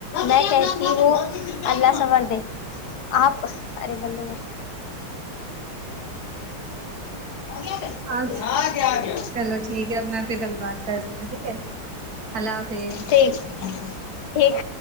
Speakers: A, on the left (about 65°); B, on the right (about 45°).
A: میں کہتی ہوں اللہ صبر دے آپ ارے بندو گ گیا
B: آج
A: ہاں کیا آ گیا
B: چلو ٹھیک ہے اب میں پھر کبھی بات کرتی ہوں ٹھیک ہے اللہ حافظ
A: ٹیسٹی ہے ٹھیک